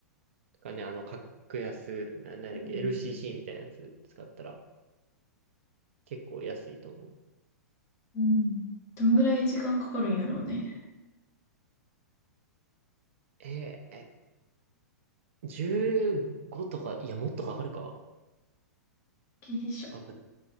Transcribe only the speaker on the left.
うん。
うんどんぐらい時間かかるんやろうね。
ギリシャ。